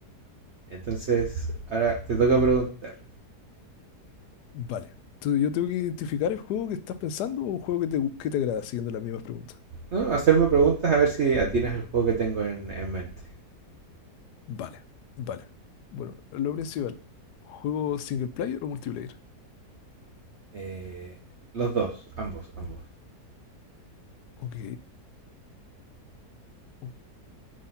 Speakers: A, on the right (about 50°); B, on the left (about 85°).
A: Entonces, ahora te toca preguntar.
B: Vale. Tú- yo tengo que identificar el juego que estás pensando o un juego que te, que te agrada, siguiendo las mismas preguntas.
A: ¿no? Hacerme preguntas a ver si atinas el juego que tengo en, en mente.
B: Vale, vale. Bueno, lo principal. ¿Juego single player o multiplayer?
A: Eh, los dos, ambos, ambos.
B: Ok, ok.